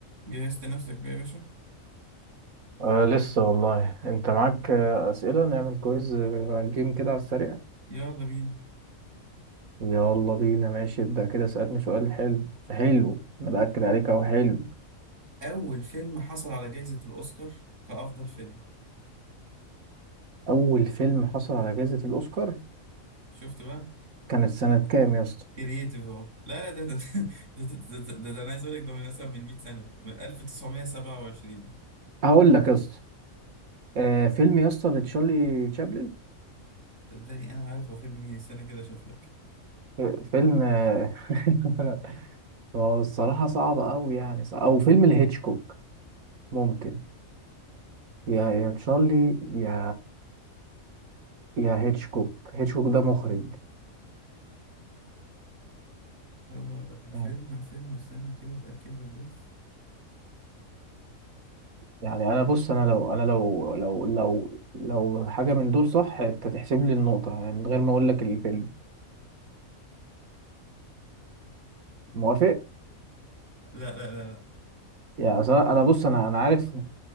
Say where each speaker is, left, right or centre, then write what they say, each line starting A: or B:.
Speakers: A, on the right (about 60°); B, on the right (about 80°).
A: جهزت نفسك بقى يا باشا
B: آه لسه والله انت معاك آه، اسئله نعمل كويز آه، جيم كده على السريع
A: يلا بينا
B: يلا بينا ماشي ابدا كده اسالني سؤال حلو حلو انا باكد عليك اهو حلو
A: أول فيلم حصل على جائزة الأوسكار كأفضل فيلم
B: اول فيلم حصل على جائزه الاوسكار
A: شفت بقى
B: كانت سنه كام يا اسطى
A: كرييتيف أهو لا لا ده ده ده ده, ده, ده, ده, ده أنا عايز أقول لك ده من مثلا من 100 سنة من 1927
B: هقول لك يا اسطى آه فيلم يا اسطى لتشارلي تشابلن
A: صدقني أنا ما عارف هو فيلم مين استنى كده أشوف لك
B: ف- فيلم آه، <laughs> هو الصراحه صعب قوي يعني صعب. او فيلم لهيتشكوك ممكن يا يا تشارلي يا يا هيتشكوك هيتشكوك ده مخرج
A: هو
B: آه،
A: فيلم فيلم استنى كده أتأكد لك بس
B: يعني انا بص انا لو انا لو لو لو لو حاجه من دول صح انت تحسب لي النقطه يعني من غير ما اقول لك الفيلم موافق
A: لا لا لا لا
B: يعني أصل انا أنا بص انا انا عارف